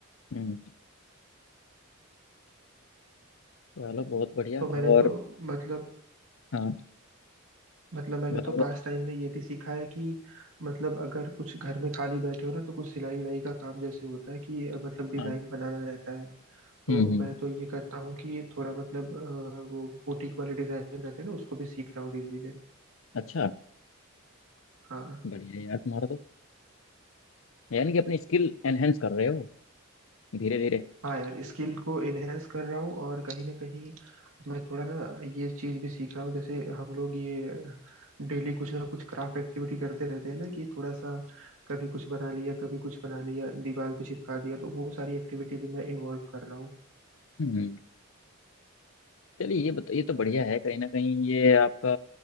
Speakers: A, on the left; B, on the right.
A: हम्म चलो बहुत बढ़िया
B: तो मैंने
A: और
B: तो मतलब
A: हाँ
B: मतलब मैंने
A: बताओ
B: तो पास
A: बताओ
B: टाइम में ये भी सीखा है कि मतलब अगर कुछ घर में खाली बैठे हो ना तो कुछ सिलाई उलाई का काम जैसे होता है कि अ, मतलब डिजाइन
A: हाँ
B: बनाना रहता है तो
A: हम्म हम्म
B: मैं तो ये करता हूँ कि थोड़ा मतलब अ, वो बुटीक वाले डिजाइन रहते हैं ना उसको भी सीख रहा हूँ धीरे धीरे
A: अच्छा
B: हाँ
A: बढ़िया यार तुम्हारा तो यानी कि अपनी स्किल एनहेंस कर रहे हो धीरे धीरे
B: हाँ यार स्किल को इनहेंस कर रहा हूँ और कहीं ना कहीं मैं थोड़ा ना ये चीज भी सीख रहा हूँ जैसे हम लोग ये डेली कुछ ना कुछ क्राफ्ट एक्टिविटी करते रहते हैं ना कि थोड़ा सा कभी कुछ बना लिया कभी कुछ बना लिया दीवार पे चिपका दिया तो वो सारी एक्टिविटी भी मैं इन्वॉल्व कर रहा हूँ
A: हम्म चलिए ये बता ये तो बढ़िया है कहीं ना कहीं ये आपका